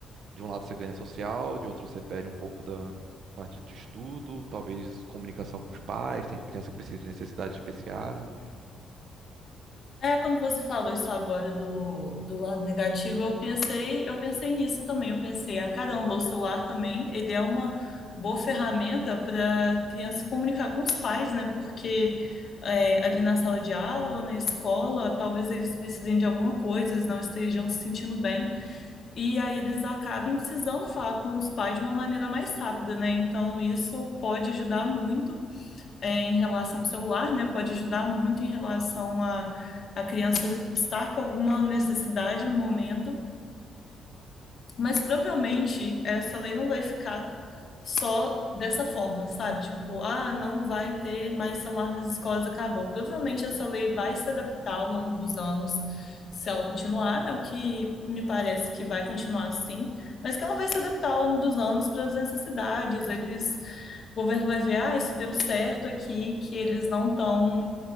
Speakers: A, on the right; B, on the left.
A: de um lado você ganha social, de outro você perde um pouco da parte de estudo, talvez comunicação com os pais, tem criança que precisa de necessidades especiais.
B: É, quando você falou isso agora do, do lado negativo, eu pensei, eu pensei nisso também. Eu pensei, ah, caramba, o celular também, ele é uma boa ferramenta para criança se comunicar com os pais, né? Porque é, ali na sala de aula, na escola, talvez eles precisem de alguma coisa, eles não estejam se sentindo bem. E aí eles acabem precisando falar com os pais de uma maneira mais rápida, né? Então isso pode ajudar muito é, em relação ao celular, né? Pode ajudar muito em relação a, a criança estar com alguma necessidade no momento. Mas provavelmente essa lei não vai ficar só dessa forma, sabe? Tipo, ah, não vai ter mais celular nas escolas, acabou. Provavelmente essa lei vai se adaptar ao longo dos anos, se ela continuar, né? O que me parece que vai continuar assim, mas que ela vai se adaptar ao longo dos anos para as necessidades. Eles, o governo vai ver, ah, isso deu certo aqui, que eles não estão